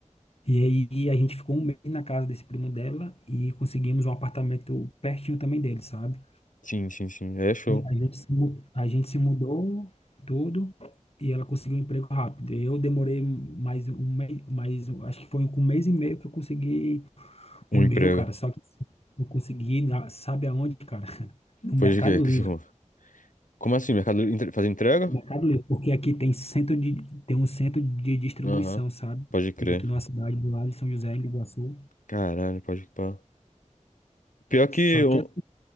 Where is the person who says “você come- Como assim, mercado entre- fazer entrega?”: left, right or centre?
Left